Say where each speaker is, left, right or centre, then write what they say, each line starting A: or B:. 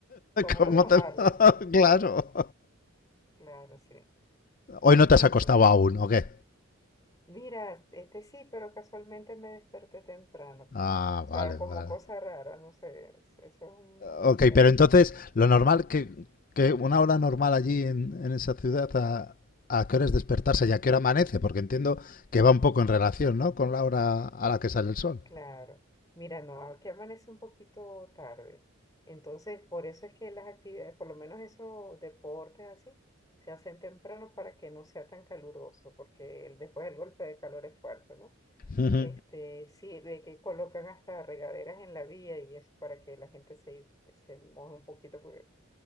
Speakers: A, on the left; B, on the left.
A: ¿Cómo
B: cómo
A: lo tomarlo?
B: te <laughs> claro
A: Claro, sí.
B: Hoy no te has
A: Entonces,
B: acostado aún, ¿o qué?
A: mira, este sí, pero casualmente me desperté temprano.
B: Ah,
A: O sea,
B: vale,
A: como
B: vale.
A: cosa rara, no sé, es- eso es una cosa
B: Ok, pero entonces, lo normal que, que una hora normal allí en, en esa ciudad, a, a qué hora es despertarse y a qué hora amanece? Porque entiendo que va un poco en relación, ¿no? Con la hora a la que sale el sol.
A: Claro. Mira, no, aquí amanece un poquito tarde. Entonces, por eso es que las actividades, por lo menos esos deportes así, se hacen temprano para que no sea tan caluroso, porque el- después el golpe de calor es fuerte, ¿no?
B: Ujú,
A: Este, sí, ve que colocan hasta regaderas en la vía y es para que la gente se, se moje un poquito por,